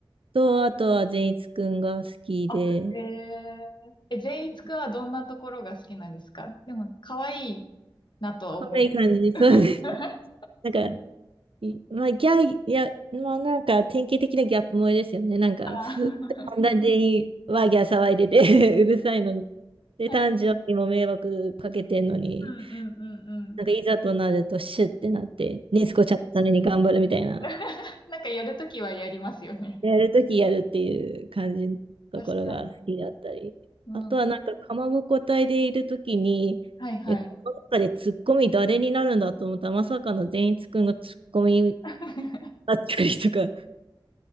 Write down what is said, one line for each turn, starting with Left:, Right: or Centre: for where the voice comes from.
Right: と、あとは善逸くんが好きで、
Left: あ、えー、え、善逸くんはどんなところが好きなんですかでも、可愛いなとは思い。
Right: 可愛い感じで、
Left: <laughs>
Right: そうです。なんか、いまあ、ギャいや、まあなんか典型的なギャップ萌えですよね。なんか、
Left: あー、
Right: ふ、っんなにワーギャー騒いでて <laughs> うるさいのに。で、
Left: はい。
Right: 炭治郎にも迷惑かけてんのに、
Left: うんうんうんうん。
Right: なんかいざとなるとシュッてなって、ネズコちゃんのために頑張るみたいな。
Left: <laughs> なんかやるときはやりますよね。
Right: やるときやるっていう感じのところが好きだったり。
Left: 確かに。うん。
Right: あとはなんか、かまぼこ隊でいるときに、
Left: はいはい。
Right: え、この中でツッコミ誰になるんだと思ったら、まさかの善逸くんがツッコミ
Left: <laughs> 確
Right: だったりとか。